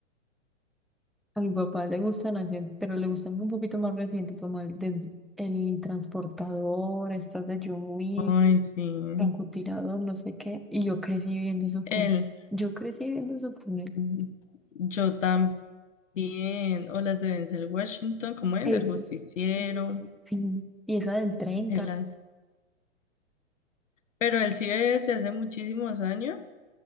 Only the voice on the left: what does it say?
Ay, sí.
Él.
Mm, Yo también. O las de Denzel Washington, ¿cómo es?
El justiciero.
Él hace- Pero él sí ve desde hace muchísimos años.